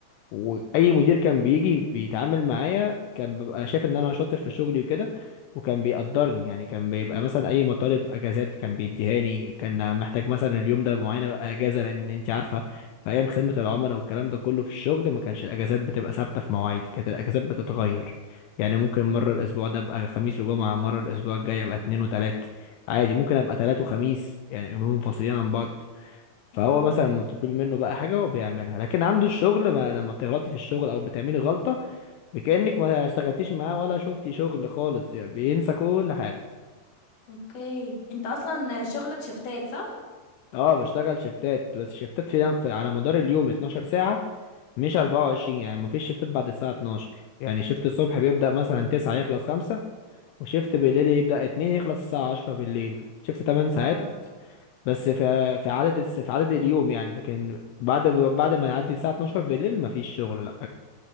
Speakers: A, on the left (about 80°); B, on the left (about 50°).
A: واي مدير كان بيجي بيتعامل معايا كان بيبقى شايف ان انا شاطر في شغلي وكده وكان بيقدرني يعني كان بيبقى مثلا اي مطالب اجازات كان بيديهاني كان محتاج مثلا اليوم ده معينه بقى اجازه لان انت عارفه في ايام خدمه العملاء والكلام ده كله في الشغل ما كانش الاجازات بتبقى ثابته في مواعيدي كانت الاجازات بتتغير يعني ممكن مره الاسبوع ده ابقى خميس وجمعه مره الاسبوع الجاي ابقى اتنين وتلات عادي ممكن ابقى تلات وخميس يعني يومين منفصلين عن بعض فهو
B: اه
A: مثلا لما بتطلبي منه بقى حاجه هو بيعملها لكن عنده الشغل ما لما بتغلطي في الشغل او بتعملي غلطه بكأنك ما اشتغلتيش معاه ولا شفتي شغل خالص يعني بينسى كل حاجه
B: اوكي انت اصلا شغلك شفتات صح؟
A: اه بشتغل شيفتات بس شيفتات في في- على مدار اليوم 12 ساعه مش 24 يعني ما فيش شيفتات بعد الساعه 12 يعني شيفت الصبح بيبدأ مثلا 9 يخلص 5 وشيفت بالليل يبدأ 2 يخلص الساعه 10 بالليل شيفت 8 ساعات
B: اه
A: بس في في عدد الس- في عدد اليوم يعني لكن بعد بعد ما يعدي الساعه 12 بالليل ما فيش شغل